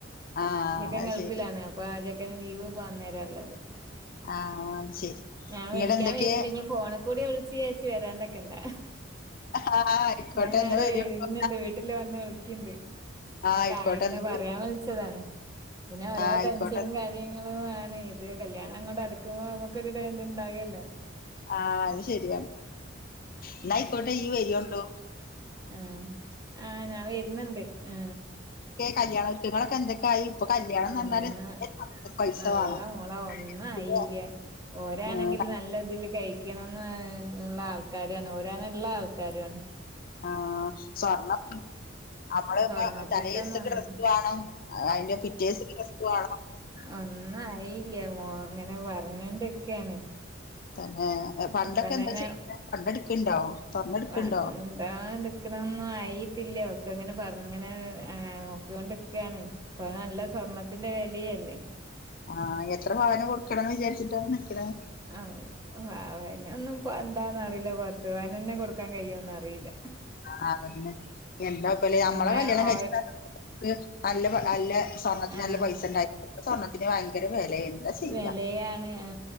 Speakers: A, on the left; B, on the right.
A: ആ
B: ചെക്കൻ
A: അത്
B: ഗൾഫിലാണ്
A: ശരി
B: അ എ വീവ് പോന്നേരം ഉള്ളത്
A: ആ അത് ശരി
B: ഞാൻ
A: ഇങ്ങടെ
B: വിളിക്കാൻ
A: എന്തൊക്കെ
B: വരണ്ട് ഇനി ഫോണിൽ കൂടെ വിളിച്ചച്ച് ചച്ചു വരാണ്ടൊക്കെ ഇണ്ടാ
A: ആ ആയിക്കോട്ടെ
B: ഞൻ
A: എന്നാ
B: അവിടെ
A: വരുണ്ടോ
B: എഴുന്നുണ്ട് വീട്ടില് വന്ന് വിളിക്കിണ്ട് ഞമക്ക്
A: ആയിക്കോട്ടെ
B: ആ എങ്ങനെ
A: എന്നാ
B: പറയാൻ
A: വരൂ
B: വിളിച്ചതാണ് പിന്നെ ഓരോ
A: ആ ആയിക്കോട്ടെ
B: ടെൻഷനും കാര്യങ്ങളും ആ ഇത് കല്യാണം അങ്ങോട്ട അടുക്കുമ്പോ നമുക്കൊരിട എന്തുണ്ടാവല്ലോ
A: ആ അത് ശരിയാണ് എന്നയിക്കോട്ടെ വരിോണ്ടോ
B: ആ ആ ഞാൻ വരുന്നുണ്ട് ആ
A: കല്യാണം ഒരുകങ്ങൾ എന്തൊക്കെയായി ഇപ്പൊ കല്യാണം എന്ന്
B: അന്ന്
A: പറഞ്ഞാല് നല്ല പൈസ
B: അള്ള
A: വേണം
B: മോളെ ഒന്നു ആയില്യ
A: പിന്നെ
B: ഓരാണെങ്കില്
A: ഉം
B: നല്ലതില് കഴി ക്കണംന്ന് ള്ള ആൾക്കാരുആണ് ഓരാണെ ഇള്ള ആൾക്കാരുആണ്
A: ആ സ്വർണം അമ്മള്പ്പ
B: സ്വർണത്തിന്റെ
A: തലേ ദിസൊക്കേ
B: ഒന്നും ഒന്നും
A: ഡ്രസ് വാണം അയ്ന്റെ പിറ്റേസ്ഥക്ക് ഡ്രസ്സ് വാണം
B: ഒന്നു ആയീല്യാ മോ ഇങ്ങനെ പർഞ്ഞൂണ്ട്ക്കാണ്
A: തന്നെ പണ്ടൊക്കെ
B: ഇപ്പ തന്നെ
A: എന്താ ചെയ്യ പണ്ടെടുക്കണ്ടോ സ്വർണ്ണെടുക്കണ്ടോ
B: വാണ്ടാണ്ട്ക്ക്ണന്നാ ആയിട്ടില്ല ഓക്കങ്ങനെ പർഞ്ഞിങ്ങനെ നോക്യോണ്ട്ക്കാണ് ഇപ്പൊ നല്ല സ്വർണ്ണത്തിന്റെ വെലിയല്ലേ
A: ആ എത്ര പവനം കൊടുക്കണംന്ന് വിചാരിച്ചിട്ടാണ് നിക്ക്ണേ
B: ആ പവനൊന്നും ഇപ്പന്താന്നറീല പത്ത് പവനെന്നെ കൊടുക്കാൻ കഴിയോന്ന് അറീല
A: ആ അതന്നെ എന്താപ്പലേ അമ്മളെ
B: പിന്നെ
A: കല്യാണം
B: ഓ
A: കഴിച്ച <unintelligible> നല്ല നല്ല സ്വർണ്ണത്തിന്
B: ആഹ്
A: നല്ല പൈസണ്ടായി ഇപ്പൊ സ്വർണത്തിന് ഭയങ്കര വില എന്താ ചെയ്യാ
B: വെലയാണ് ആ